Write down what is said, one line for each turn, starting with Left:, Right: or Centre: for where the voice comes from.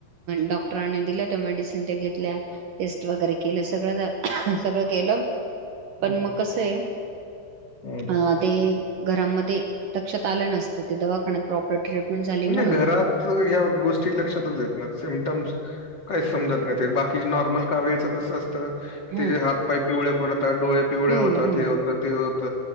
Right: डॉक्टर दि मड घेतल्या टेस्ट वगैरे केलं सगळं सगळं केलं
Left: हं,
Right: पण मग कसं आहे
Left: हं.
Right: अ ते घरामध्ये लक्षात आलं नसतं ते दवाखान्यात प्रॉपर्ट झा
Left: नाही
Right: म्हणून
Left: घरात गोष्टी लक्षातचेत सिमताम्स काही समत नाही ते बाकी नॉर्मल का वेळच कस असतं
Right: हम्म
Left: तेे हात पाय पिवले ता डोळे पिवळे
Right: हम्म
Left: होतात
Right: हम्म
Left: ते होत
Right: हम्म
Left: ते होत